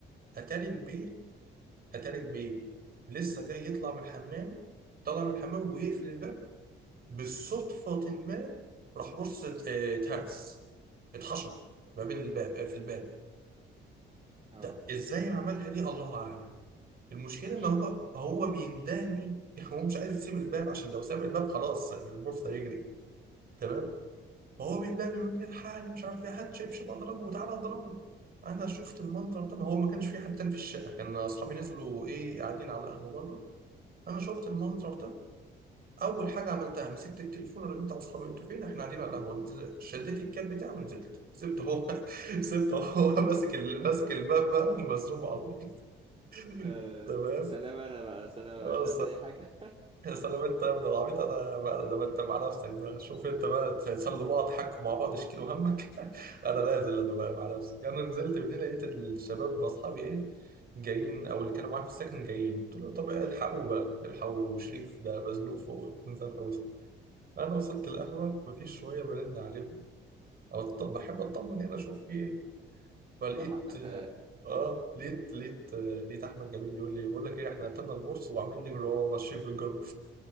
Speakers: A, on the right; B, on the right.
A: اتاري البيت اتاري البيت لسه جاي يطلع من الحمام طلع من الحمام ويقفل الباب بالصدفة ما راح بص ات- آه، اتهرس اتحشر ما بين الباب آه، في الباب
B: اه
A: ده ازاي عملها دي الله اعلم المشكلة
B: ما شاء
A: إن هو
B: الله
A: هو بيندهني <laughs> هو مش عايز يسيب الباب عشان لو ساب الباب خلاص البورصة هيجري تمام فهو بيندهني يقول لي الحقني مش عارف إيه هات شبشب أضربه وتعالى أضربه أنا شفت المنظر ده ما هو ما كانش في حد تاني في الشقة كان أصحابي نزلوا إيه قاعدين على القهوة بره أنا شفت المنظر ده أول حاجة عملتها مسكت التليفون رنيت على أصحابي أنتوا فين إحنا قاعدين على القهوة نزلت- شديت الكاب بتاعي ونزلت سبت هو <laughs> سبت هو ماسك ال- ماسك الباب بقى ومزروم على الأرض <laughs>
B: آه
A: تمام
B: سلام انا بقى سلام
A: اه
B: مش عايز اي حاجة
A: سلام انت يا ابن العبيط انا بقى لما انت مع نفسك ده شوف انت بقى تسلوا بعض حكوا مع بعض اشكيلوا همك <laughs> انا نازل انا بقى مع نفسك انا نزلت من هنا لقيت الشباب باصحابي ايه جايين او اللي كانوا معايا في السكن جايين قلت لهم طب الحقوا بقى الحقوا شريف ده مزنوق فوق نزل قوي انا وصلت القهوه مفيش شويه برن عليهم او طب بحب اطمن هنا اشوف في ايه
B: <laughs>
A: فلقيت
B: طبعا ما انت
A: اه لقيت لقيت آه، لقيت احمد جميل بيقول لي بقول لك ايه احنا قتلنا البورصه وعمالين نجري ورا ورا الشريف بالجروب